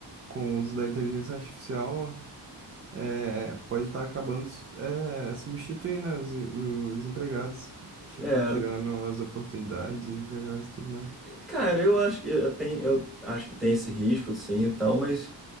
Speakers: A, on the right; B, in the centre.
A: com o uso da inteligência artificial é, pode estar acabando é, substituindo, né, os, os empregados, tipo,
B: É,
A: tirando as oportunidades dos empregados e tudo mais.
B: cara, eu acho que eu tem, eu acho que tem esse risco, sim, e tal, mas